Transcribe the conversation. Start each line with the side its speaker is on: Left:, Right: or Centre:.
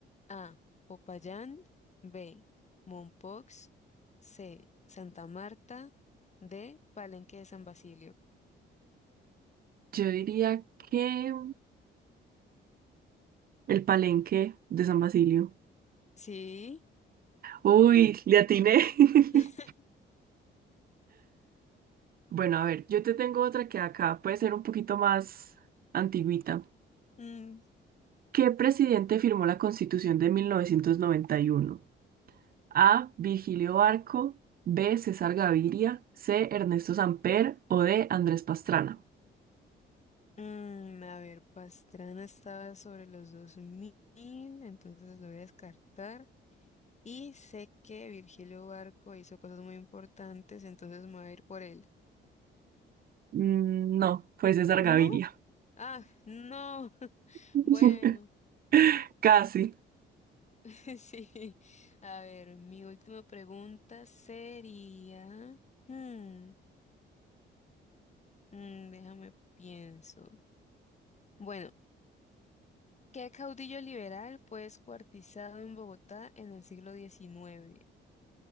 Left: A. Popayán. B. Mompox. C. Santa Marta. D. Palenque de San Basilio.
Right: Yo diría que el Palenque de San Basilio.
Left: Sí.
Right: Uy, le atiné. <laughs>
Left: <laughs>
Right: Bueno, a ver, yo te tengo otra que acá puede ser un poquito más antigüita.
Left: Mm,
Right: ¿Qué presidente firmó la Constitución de 1991? A. Virgilio Barco, B. César Gaviria, C. Ernesto Samper o D. Andrés Pastrana.
Left: mm, a ver, Pastrana estaba sobre los 2000, entonces lo voy a descartar. Y sé que Virgilio Barco hizo cosas muy importantes, entonces me voy a ir por él.
Right: Mm, No, fue César
Left: ¿No?
Right: Gaviria.
Left: Ah, no. <laughs>
Right: <laughs>
Left: Bueno.
Right: Casi.
Left: <laughs> Sí. A ver, mi última pregunta sería, hmm, mm, déjame pienso. Bueno, ¿qué caudillo liberal fue descuartizado en Bogotá en el siglo XIX?